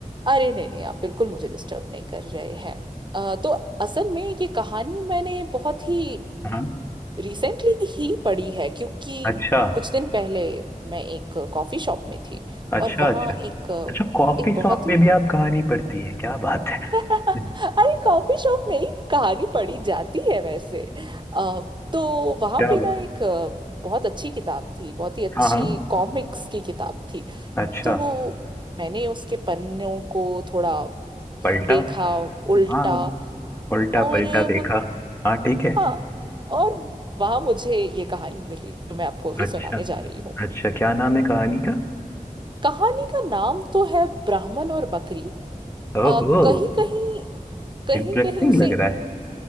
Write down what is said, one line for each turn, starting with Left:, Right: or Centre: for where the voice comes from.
Right: अरे नहीं नहीं आप बिल्कुल मुझे डिस्टर्ब नहीं कर रहे हैं अ, तो असल में ये कहानी मैंने बहुत ही
Left: हाँ
Right: रिसेंटली ही पढ़ी है क्योंकि
Left: अच्छा
Right: कुछ दिन पहले मैं एक कॉफ़ी शॉप में थी
Left: अच्छा
Right: और वहाँ
Left: अच्छा
Right: एक अ,
Left: अच्छा कॉफी
Right: एक बहुत
Left: शॉप में
Right: ही
Left: भी आप कहानी पढ़ती है क्या बात है
Right: अरे
Left: <laughs>
Right: कॉफी शॉप में ही तो कहानी पढ़ी जाती है वैसे अ, तो वहां
Left: क्या
Right: पे ना
Left: बात
Right: एक अ, बहुत अच्छी किताब थी बहुत ही अच्छी
Left: हाँ हाँ
Right: कॉमिक्स की किताब थी
Left: अच्छा
Right: तो मैंने उसके पन्नों को थोड़ा
Left: पलटा
Right: देखा उल्टा
Left: हाँ उल्टा
Right: और
Left: पलटा
Right: अ,
Left: देखा
Right: मु-
Left: हाँ ठीक है
Right: हाँ और वहां मुझे ये कहानी मिली जो मैं आपको अभी
Left: अच्छा
Right: सुनाने जा रही हूँ
Left: अच्छा क्या नाम है कहानी का
Right: कहानी का नाम तो है ब्राह्मण और बकरी
Left: ओहो
Right: आ, कहीं कहीं कहीं
Left: इंटरेस्टिंग
Right: कहीं उसे
Left: लग रहा है